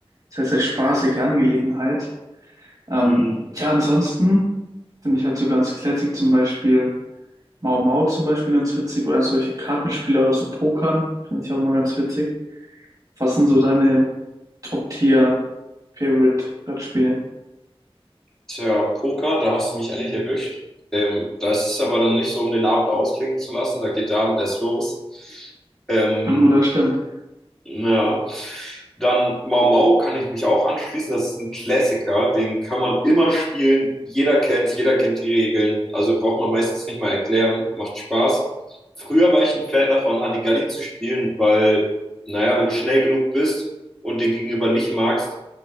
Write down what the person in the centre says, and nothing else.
<laughs>
Tja, Poker, da hast du mich ehrlich erwischt. Ähm, das ist aber dann nicht so, um den Abend ausklingen zu lassen. Da geht der Abend erst los. Ähm,
ja. Dann Mau Mau kann ich mich auch anschließen. Das ist ein Klassiker, den kann man immer spielen. Jeder kennt, jeder kennt die Regeln. Also braucht man meistens nicht mal erklären. Macht Spaß. Früher war ich ein Fan davon, Hadigalli zu spielen, weil, naja, wenn du schnell genug bist und den Gegenüber nicht magst,